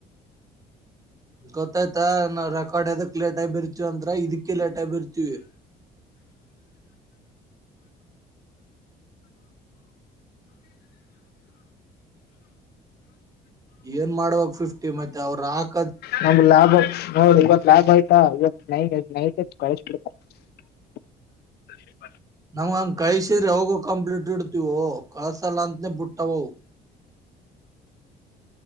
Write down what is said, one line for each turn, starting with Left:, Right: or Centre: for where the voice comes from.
Right: ಗೊತ್ತಾಯ್ತಾ ನಾವ್ ರೆಕಾರ್ಡ್ ಎದಕ್ ಲೇಟ್ ಆಗಿಬರಿತೀವಂದ್ರ ಇದಕ್ಕೆ ಲೇಟ್ ಆಗ್ಬರಿತೀವಿ. ಏನ್ ಮಾಡುವಾ ಫಿಫ್ಟಿ ಮತ್ತೆ ಅವ್ರಾಕ್
Left: ನಮ್ ಲ್ಯಾಬ್ ನೋಡ್ ಇವತ್ತು ಲ್ಯಾಬ್ ಆಯ್ತಾ ಇವತ್ತು ನೈ ನೈಟ್ <unintelligible>
Right: ನಮ್ಗ ಹಂಗ್ ಕಳಿಸಿದ್ರೆ ಅವಾಗೋ ಕಂಪ್ಲೀಟ್ ಇಡ್ತೀವೋ ಕಳ್ಸಲ್ಲ ಅಂತನೇ ಬಿಟ್ಟವವು.